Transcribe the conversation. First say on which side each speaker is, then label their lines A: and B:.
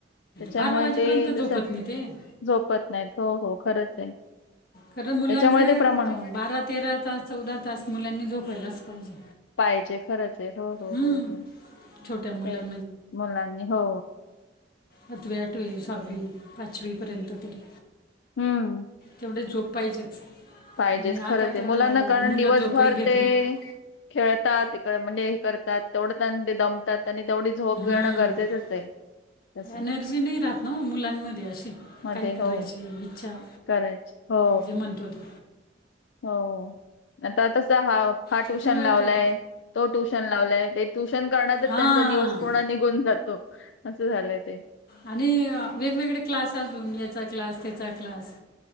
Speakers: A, on the left; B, on the left.
A: त्याच्यामुळे
B: बारा वाजेपर्यंत
A: ते
B: झोपत
A: तस
B: नाही ते
A: झोपत नाहीत हो हो खरंच आहे
B: खरं मुलांचं
A: त्याच्यामुळे ते प्रमाण
B: बारा तेरा तास चौदा तास मुलांनी झोपयलाच पाहिजे
A: पाहिजे खरच आहे हो हो
B: हम्म.
A: हो हो
B: छोट्या मुलां
A: हेच मुलांनी हो
B: हत्तवी अठवी सववी पाचवी पर्यंत तरी
A: हम्म
B: तेवढे झोप पाहिजेच
A: पाहिजेच
B: आणि
A: खरच
B: आता
A: आहे
B: तर
A: मुलांना कारण
B: मुलं
A: दिवसभर
B: झोपही घेत
A: ते
B: नाही
A: खेळतात म्हणजे हे करतात तेवढं दमतात आणि तेवढी झोप
B: हां
A: घेणं गरजच आहे तसं
B: एनर्जी नाही राहत ना मुलांमध्ये अशी
A: मध्ये
B: काय करायची
A: हो
B: इच्छा
A: करायच हो
B: जे म्हणतो ते
A: हो आता तस हा हा
B: त्याच्यामुळे
A: ट्युशन लावलाय
B: ते
A: तो ट्युशन लावलाय ते ट्यूशन करण्यातच
B: हां
A: त्यांचा दिवस पूर्ण निघून जातो असं झालंय ते
B: आणि वेगवेगळे क्लास अजून याचा क्लास त्याचा क्लास